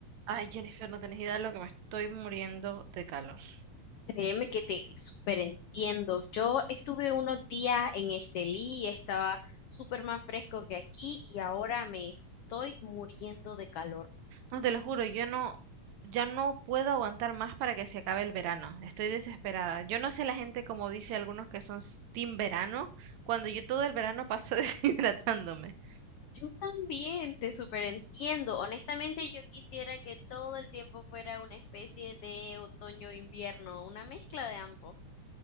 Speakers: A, on the right (about 70°); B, on the left (about 80°).
A: Ay, Jennifer, no tenés idea de lo que me estoy muriendo de calor.
B: Créeme que te súper entiendo. Yo estuve unos días en Estelí, y estaba súper más fresco que aquí y ahora me estoy muriendo de calor.
A: No te lo juro, yo no, ya no puedo aguantar más para que se acabe el verano. Estoy desesperada. Yo no sé la gente como dice algunos que son s- team verano, cuando yo todo el verano paso <laughs> deshidratándome.
B: Yo también te súper entiendo. Honestamente, yo quisiera que todo el tiempo fuera una especie de otoño-invierno, una mezcla de ambos.